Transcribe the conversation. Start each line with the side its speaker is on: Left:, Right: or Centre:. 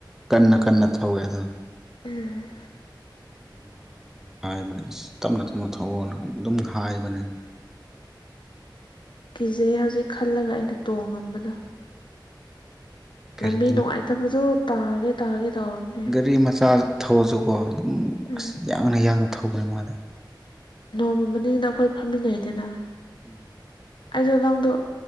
Centre: ꯀꯟꯅ ꯀꯟꯅ ꯊꯧꯋꯦ ꯑꯗ
Left: ꯎꯝ
Centre: ꯃꯃꯥꯅ ꯍꯥꯏꯕꯅꯦ ꯑꯁ ꯇꯞꯅ ꯇꯞꯅ ꯊꯧꯑꯣꯅꯒ ꯑꯗꯨꯝ ꯍꯥꯏꯕꯅꯦ
Left: ꯀꯤꯖꯩ ꯍꯧꯖꯤꯛ ꯈꯜꯂꯒ ꯑꯩꯅ ꯇꯣꯡꯉꯝꯕꯗꯣ
Centre: ꯒꯥꯔꯤ
Left: ꯂꯝꯕꯤ ꯅꯨꯡꯉꯥꯏꯇꯕꯗꯣ ꯇꯥꯒꯦ ꯇꯥꯒꯦ ꯇꯧꯔꯝꯅꯦ
Centre: ꯒꯥꯔꯤ ꯃꯆꯥ ꯊꯧꯔꯁꯨꯀꯣ ꯑꯗꯨꯝ
Left: ꯎꯝ
Centre: ꯑꯁ ꯌꯥꯡꯅ ꯌꯥꯡꯅ ꯊꯧꯕꯅꯦ ꯃꯥꯗꯤ
Left: ꯅꯣꯡꯃ ꯃꯅꯤꯡꯗ ꯑꯩꯈꯣꯏ ꯐꯝꯃꯤꯟꯅꯩꯗꯅ
Centre: ꯎꯝ
Left: ꯑꯩꯗꯣ ꯂꯪꯗꯣ